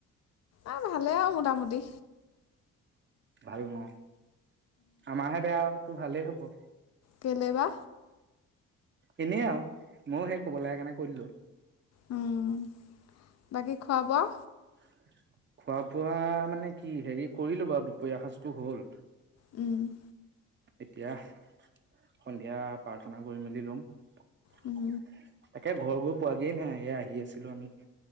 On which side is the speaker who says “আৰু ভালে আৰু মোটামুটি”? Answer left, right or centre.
Left